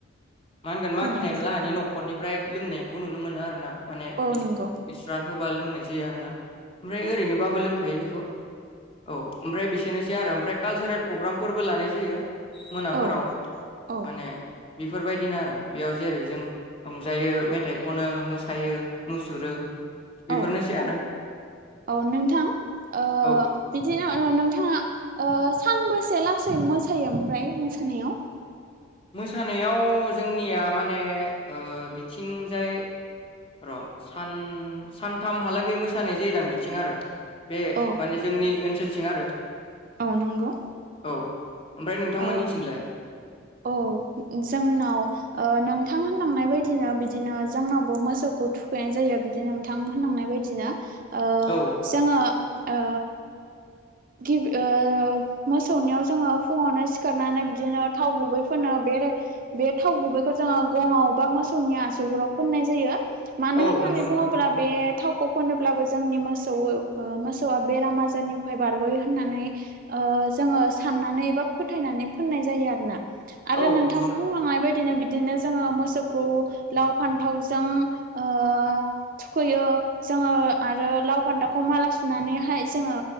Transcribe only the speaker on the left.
मा होनगोन मागिनायनि
लाहानि न'खरनिफ्राय लोंनायखौ नुनो मोनो आरो ना माने
बिस
बिस्रा हो बा लोंनाय जायो आरोना ओमफ्राय ओरैनोबाबो लोंखायो बेखौ औ ओमफ्राय बि एसेनोसै आरो ओमफ्राय कालसारेल प्रग्रामफोरबो लानाय जायो मोनाफोराव
माने बेफोरबायदिनो आरो बेयाव जेरै जों रंजायो मेथाइ खनो मोसायो मुसुरो। बेफोरनोसै
आरो।
औ
मोसानायाव जोंनिया माने ओ बिथिंजाय र' सान सानथामहालागै मोसानाय जायोदां बिथिं आरो बे
माने जोंनि ओनसोलथिं आरो
औ ओमफ्राय नोंथांमोननिथिंलाय
औ
औ
नंगौ नोंथां
नंगौ
औ
नंगौ